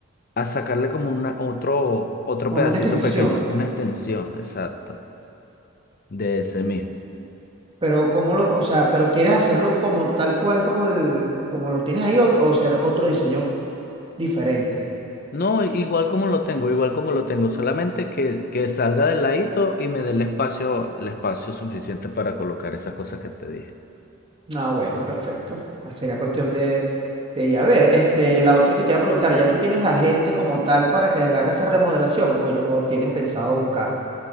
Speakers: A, on the left (about 40°); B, on the right (about 25°).
A: a sacarle como una, otro, otro
B: como
A: pedacito
B: una extensión.
A: pequeño, una extensión, exacto, de ese mismo.
B: Pero cómo lo, o sea, pero quieres hacerlo como tal cual como el, como lo tienes ahí o, o ser otro diseño diferente.
A: No, igual como lo tengo, igual como lo tengo, solamente que, que salga del ladito y me dé el espacio, el espacio suficiente para colocar esas cosas que te dije.
B: Ah, bueno, perfecto. Ah, Sería cuestión de, de ir a ver. Este, la otra que te iba a preguntar, ¿ya tú tienes la gente como tal para que haga esa remodelación o, ya- o tienes pensado buscar